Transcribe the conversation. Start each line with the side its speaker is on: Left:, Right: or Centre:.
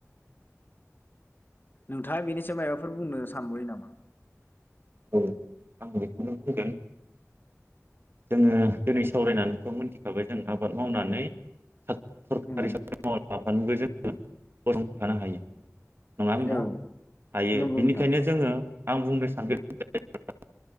Left: नोंथाङा बेनिसायाव मबाफोर बुंनो सानबयो नामा?
Right: औ आं बेखौनो बुंगोन जोंङो दिनै सावरायनानैखौ मिथिखाबाय जों आबाद मावनानै सरकारि
Left: उम
Right: साख्रि मावाब्ला <unintelligible> नङा होमबा
Left: औ
Right: हायो
Left: नंगौ
Right: बिनिखायनो
Left: नोंथां
Right: जोंङो आं बुंनो सानदों <unintelligible>